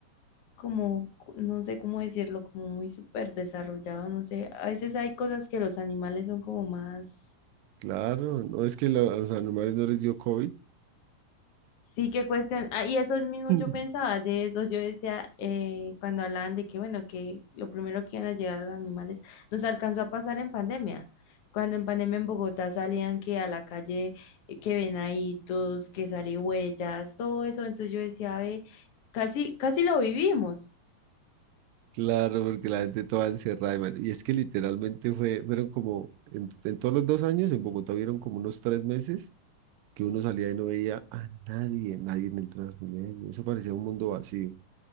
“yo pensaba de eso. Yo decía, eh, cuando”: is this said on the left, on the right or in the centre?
Left